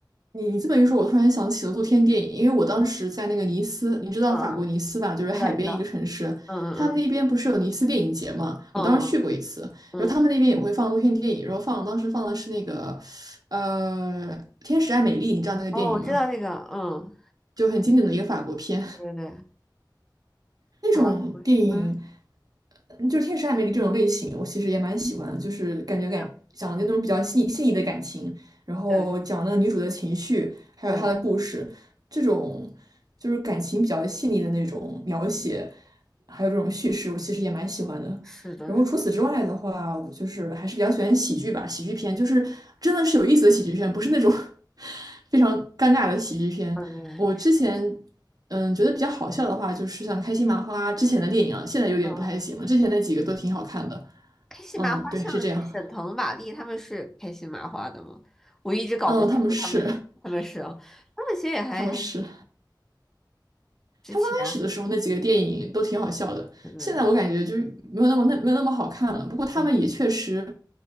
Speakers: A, on the right; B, in the centre.
A: 你你这么一说，我突然想起了露天电影，因为我当时在那个尼斯，你知道法国尼斯吧，
B: 嗯嗯，嗯
A: 就是海边一个城市，
B: 知道知道，嗯嗯
A: 他们那边不是有尼斯电影节嘛，
B: 嗯嗯
A: 我当时去过一次，
B: 嗯嗯，
A: 然后他们那边也会放露天电影，
B: 嗯
A: 然后放当时放的是那个，呃，《天使爱美丽》，你知道那个电影吗？
B: 哦，我知道那个，嗯，
A: 就很经典的一个法国片。
B: 对对对，
A: 那种电影，
B: 法国，嗯，
A: 呃就是《天使爱美丽》这种类型，我其实也蛮喜欢的，就是感觉感讲的那种比较细腻细腻的感情，
B: 对
A: 然后讲那个女主的情绪，
B: 对。
A: 还有她的故事，
B: 对，
A: 这种就是感情比较细腻的那种描写，还有这种叙事，我其实也蛮喜欢的。
B: 是的，
A: 然后除此之外的话，
B: 是
A: 我就是还是比较喜欢喜剧吧，喜剧片就是真的是有意思的喜剧片，不是那种 <laughs> 非常尴尬的喜剧片。
B: 嗯
A: 我之前嗯觉得比较好笑的话，就是像开心麻花之前的电影啊，现在有点不太行了。
B: 嗯，
A: 之前那几个都挺好看的。
B: 开心麻花像是沈腾、
A: 嗯，对，是这样。
B: 马丽他们是开心麻花的吗？我一直搞不清楚他们是他们是啊，
A: 嗯，他们是
B: 他们其实也还还
A: <laughs> 他们是
B: 之前啊，
A: 他们刚开始的时候那几个电影都挺好笑的，
B: 对对对，
A: 现在我感觉就是没有那么那没有那么好看了。不过他们也确实，
B: 嗯，